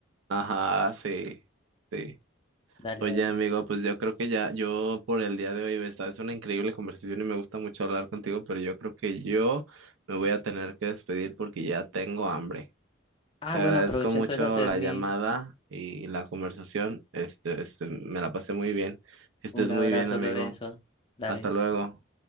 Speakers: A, on the right; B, on the left.
A: Ajá, sí, sí.
B: Dale,
A: Oye,
B: dale.
A: amigo, pues yo creo que ya, yo por el día de hoy, esta es una increíble conversación y me gusta mucho hablar contigo, pero yo creo que yo me voy a tener que despedir porque ya tengo hambre.
B: Ah,
A: Te
B: bueno,
A: agradezco
B: aprovecho
A: mucho
B: entonces a hacer
A: la
B: mi
A: llamada y la conversación. Este, este, me la pasé muy bien. Que estés
B: un abrazo,
A: muy bien, amigo.
B: Lorenzo. Dale.
A: Hasta luego.